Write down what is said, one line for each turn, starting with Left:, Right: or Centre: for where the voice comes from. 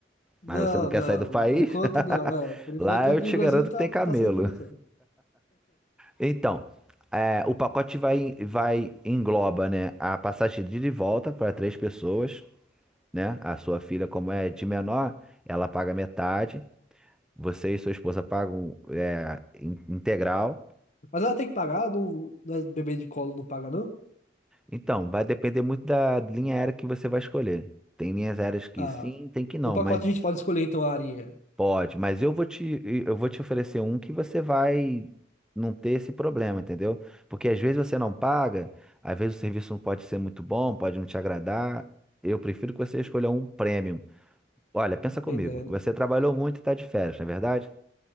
Left: Não,
Centre: Mas você não quer
Left: não.
Centre: sair do país?
Left: Por enquanto, não.
Centre: <laughs>
Left: É, por enquanto
Centre: Lá
Left: aqui
Centre: eu te
Left: no Brasil
Centre: garanto
Left: tá,
Centre: que tem
Left: tá
Centre: camelo.
Left: sendo interessante.
Centre: Então, é, o pacote vai, vai engloba, né, a passagem de ida e volta para três pessoas, né? A sua filha, como é de menor, ela paga metade. Você e sua esposa pagam é, in- integral.
Left: Mas ela tem que pagar? Não, não é bebê de colo não paga, não?
Centre: Então, vai depender muito da linha aérea que você vai escolher. Tem linhas aéreas que
Left: Ah,
Centre: sim, tem que não,
Left: o pacote
Centre: mas
Left: a gente pode escolher então a arinha.
Centre: Pode, mas eu vou te, eu vou te oferecer um que você vai não ter esse problema, entendeu? Porque às vezes você não paga, às vezes o serviço não pode ser muito bom, pode não te agradar. Eu prefiro que você escolha um premium. Olha, pensa
Left: Entendendo.
Centre: comigo, você trabalhou muito e está de férias, não é verdade?